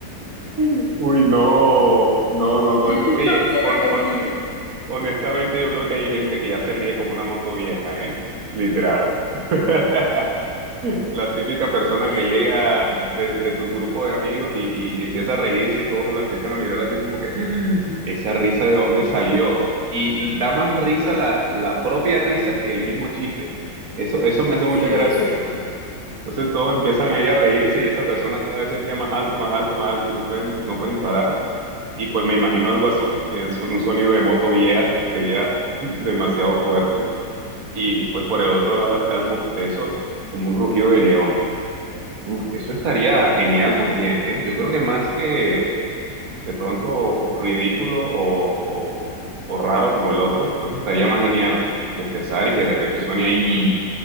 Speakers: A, on the right; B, on the left.
A: Uy, uy, no, no, no, no.
B: <laughs>
A: Oye,
B: No quiero
A: hon-
B: elegir.
A: hon- honestamente yo creo que hay gente que ya se ríe como una moto vieja, ¿eh? Literal. <laughs> la típica persona
B: <laughs>
A: que llega de, de tu grupo de amigos y, y empieza a reírse y todos la empiezan a mirar así como que "Ah, esa risa de dónde salió. Y da más risa la, la propia risa que el mismo chiste. Eso, eso me hace
B: Sí,
A: mucha gracia.
B: es cierto.
A: Entonces todos empiezan ahí a reírse y esa persona cada vez se ríe más alto, más alto, más alto y no pueden, no pueden parar. Y pues me imagino algo así, el son- un sonido de moto vieja sería <laughs> demasiado fuerte. Y pues por el otro lado está el bostezo, como un rugido de león. Uf, eso estaría genial también, ¿eh? Yo creo que más que de pronto ridículo o, o- o raro como el otro, creo que estaría más genial bostezar y que de repente suene ahí